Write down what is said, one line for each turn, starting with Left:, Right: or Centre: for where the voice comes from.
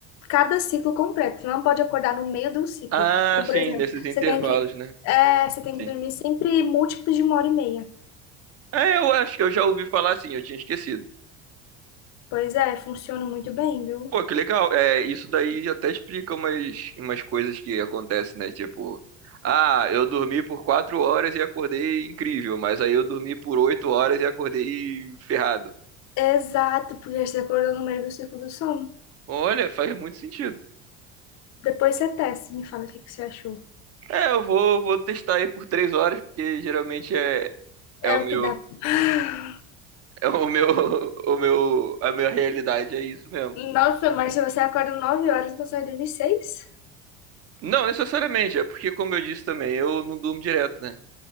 Left: cada ciclo completo. Você não pode acordar no meio do ciclo.
Right: Ah,
Left: Então,
Right: sim,
Left: por exemplo,
Right: nesses intervalos,
Left: você tem que
Right: né?
Left: é, você tem
Right: Sim.
Left: que dormir sempre múltiplos de uma hora e meia.
Right: É, eu acho que eu já ouvi falar assim, eu tinha esquecido.
Left: Pois é, funciona muito bem, viu?
Right: Pô, que legal. É, isso daí até explica umas, umas coisas que acontecem, né? Tipo, ah, eu dormi por quatro horas e acordei incrível, mas aí eu dormi por oito horas e acordei ferrado.
Left: Exato, porque você acordou no meio do ciclo do sono.
Right: Olha, faz muito sentido.
Left: Depois você testa, e me fala o que que você achou.
Right: É, eu vou, vou testar aí por três horas, porque geralmente é, é
Left: É
Right: o
Left: o
Right: meu,
Left: que dá. <sighs>
Right: é o meu, <laughs> o meu, a minha realidade, é isso mesmo.
Left: Nossa, mas se você acorda 9 horas, então sai dormir 6?
Right: Não, necessariamente, é porque, como eu disse também, eu não durmo direto, né?